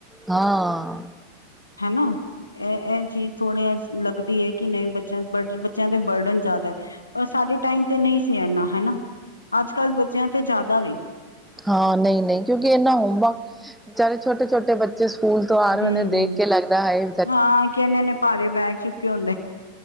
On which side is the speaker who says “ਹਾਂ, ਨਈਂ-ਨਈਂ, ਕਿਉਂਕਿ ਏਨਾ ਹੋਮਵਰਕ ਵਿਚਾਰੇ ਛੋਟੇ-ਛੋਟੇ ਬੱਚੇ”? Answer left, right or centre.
Centre